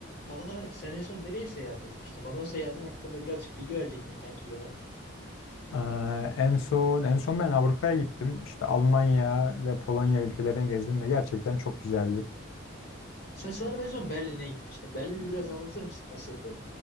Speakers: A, on the left; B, on the left.
A: Talha sen en son nereye seyahat etmiştin? Bana o seyahatin hakkında birazcık bilgi verecektin kanki ya.
B: Ee, en son en son ben Avrupa'ya gittim. İşte Almanya ve Polonya ülkelerini gezdim ve gerçekten çok güzeldi.
A: Sen sanırım en son Berlin'e gitmiştin. Berlin'i biraz anlatır mısın? Nasıldı?